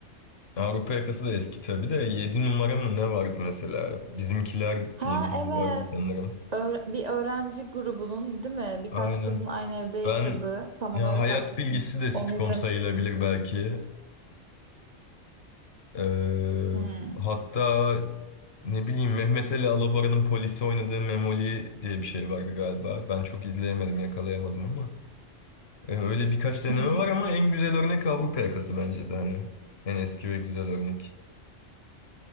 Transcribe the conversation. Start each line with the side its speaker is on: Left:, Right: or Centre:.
Left: Avrupa Yakası da eski tabii de 7 numara mı ne vardı mesela? Bizimkiler
Right: Ha
Left: diye bir dizi
Right: evet.
Left: vardı sanırım.
Right: Öğre- bir öğrenci grubunun değil mi? Birkaç
Left: Aynen.
Right: kızın aynı evde yaşadığı.
Left: Ben
Right: Tamam
Left: ya
Right: evet
Left: hayat
Right: haklısın.
Left: bilgisi de sitcom
Right: Onu izlemiştim.
Left: sayılabilir belki. Ee,
Right: Hmm.
Left: hatta ne bileyim Mehmet Ali Alabora'nın polisi oynadığı Memoli diye bir şey vardı galiba. Ben çok izleyemedim, yakalayamadım ama. Ee, öyle birkaç deneme
Right: Hı hı.
Left: var ama en güzel örnek Avrupa Yakası bence de hani. En eski ve güzel örnek.